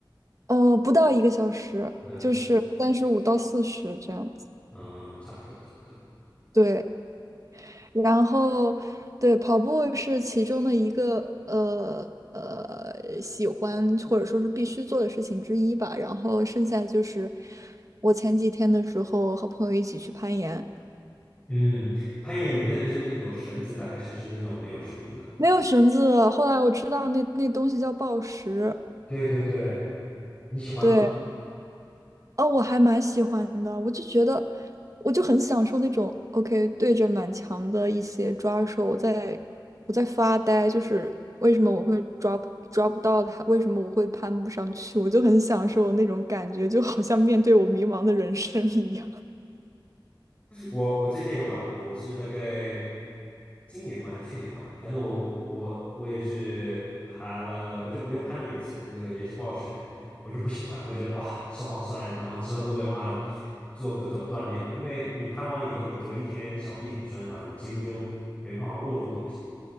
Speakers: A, on the right; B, on the left.
A: 哦，不到一个小时，
B: 对，
A: 就是三十五到四十这样子。
B: 嗯，差不多，差不多。
A: 对，然后，对，跑步是其中的一个呃呃喜欢或者说是必须做的事情之一吧。然后剩下就是我前几天的时候和朋友一起去攀岩，
B: 嗯，攀岩，你们那个是有绳子的，还是是那种没有绳子的？
A: 没有绳子，后来我知道那那东西叫抱石，
B: 对对对，你喜欢吗？
A: 对，哦，我还蛮喜欢的，我就觉得，我就很享受那种 OK 对着满墙的一些抓手，我在我在发呆，就是为什么我会抓不抓不到它，为什么我会攀不上去，我就很享受那种感觉，就好像面对我迷茫的人生一样。
B: 我我之前也玩过，我是大概今年嘛还是去年玩的，反正我我我也是爬了，我就我就攀了一次，那个也是暴食，我就不喜欢，我就觉得哇手好酸啊，然后之后都没办法做各种锻炼了，因为你攀完以后，你隔一天小臂很酸嘛，你几乎就没办法握住东西。